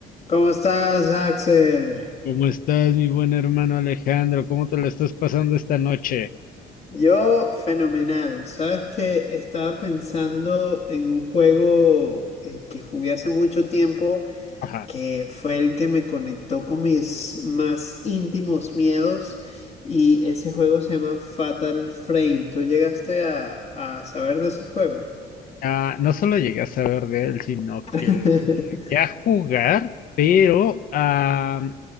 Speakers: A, on the left; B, on the left.
A: ¿Cómo estás, Axel?
B: ¿Cómo estás, mi buen hermano Alejandro? ¿Cómo te lo estás pasando esta noche?
A: Yo, fenomenal. Sabes que estaba pensando en un juego eh, que jugué hace mucho tiempo,
B: Ajá.
A: que fue el que me conectó con mis más íntimos miedos, y ese juego se llama Fatal Frame. ¿Tú llegaste a, a saber de ese juego?
B: Ah, no solo llegué a saber de él, sino
A: <laughs>
B: que lo llegué a jugar, pero ah,